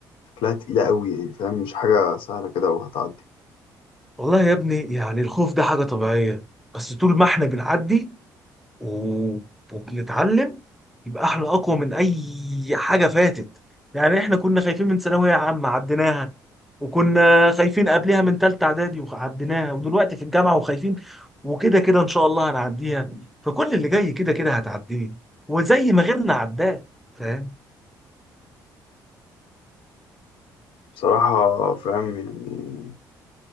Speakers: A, on the left; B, in the centre.
A: شكلها تقيلة قوي يعني فاهم مش حاجة سهلة كده وهتعدي
B: والله يا ابني يعني الخوف ده حاجه طبيعيه بس طول ما احنا بنعدي و- وبنتعلم يبقى احنا اقوى من اي حاجه فاتت يعني احنا كنا خايفين من ثانويه عامه عديناها وكنا خايفين قبلها من ثالثه اعدادي وعديناها ودلوقتي في الجامعه وخايفين وكده كده ان شاء الله هنعديها فكل اللي جاي كده كده هتعديه وزي ما غيرنا عداه فاهم
A: بصراحة فاهم يعني